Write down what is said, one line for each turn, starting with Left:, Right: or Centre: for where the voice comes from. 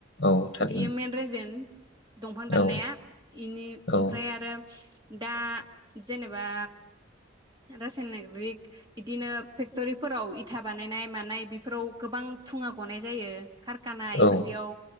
Left: औ थारैनो
Right: बियो मेन रिजेन दंफां दाननाया
Left: औ
Right: बेनि
Left: औ
Right: ओमफ्राय आरो दा जेनेबा रासायनारिक इदिनो फेक्टरिफोराव इथा बानायनाय मानाय बेफोराव गोबां थुङा गनाय जायो । खारखाना
Left: औ
Right: बेफोरदियाव